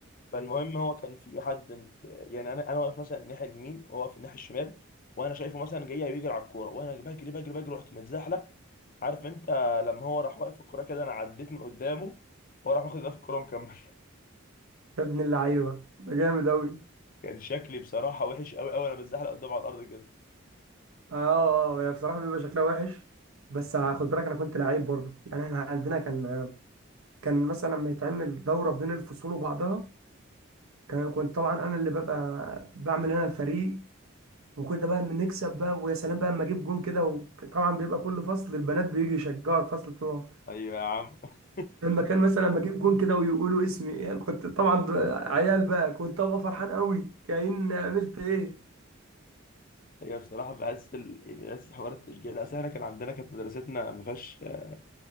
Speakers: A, on the left; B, on the right.
A: فالمهم هو كان في حد م- يعني انا انا واقف مثلا الناحيه اليمين وهو واقف الناحيه الشمال وانا شايفه مثلا جاي بيجري على الكوره وانا بجري بجري بجري رحت متزحلق عارف انت لما هو راح واقف الكرة كده انا عديت من قدامه وراح واخد ده في الكرة ومكمل
B: يا ابن اللعيبة ده جامد قوي
A: <laughs> كان شكلي بصراحة وحش قوي قوي انا بتزحلق قدامه على الارض كده
B: اه اه هي بصراحه بيبقى شكلها وحش بس خد بالك انا كنت لعيب برضه يعني احنا عندنا كان كان مثلا لما يتعمل دوره بين الفصول وبعضها كان كنت طبعا انا اللي ببقى بعمل انا الفريق وكنت بقى بنكسب بقى ويا سلام بقى لما اجيب جون كده وطبعا بيبقى كل فصل البنات بيجي يشجعوا الفصل بتوعه
A: ايوه يا عم <laughs>
B: لما كان مثلا لما اجيب جون كده ويقولوا اسمي يعني كنت طبعا عيال بقى كنت ابقى فرحان قوي كأن عملت ايه
A: هي بصراحة بحس ال... يعني بحس حوار التشجيع ده اصل احنا كان عندنا كانت مدرستنا ما فيهاش ما